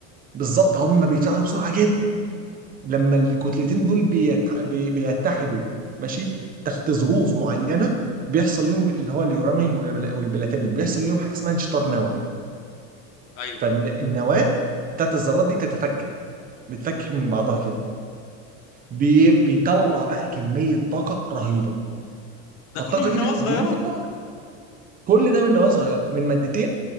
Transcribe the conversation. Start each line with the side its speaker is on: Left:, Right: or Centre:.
Right: بالظبط هم بيتفاعلوا بسرعه جدا لما الكتلتين دول بيت- بي- بيتحدوا ماشي تحت ظروف معينه بيحصل ليهم اللي هو اليورانيوم والبل- والبلاتينيوم بيحصل ليهم حاجه اسمها انشطار نووي
Left: ايوه
Right: فالنواه بتاعت الذرات دي تتفكك بتفكك من بعضها كده بي- بيطلع بقى كميه طاقه رهيبه
Left: ده
Right: فالطاقه
Left: كله من
Right: دي
Left: نواة
Right: بتؤدي
Left: صغيرة
Right: لانفجار كل ده من نواه صغيره من مادتين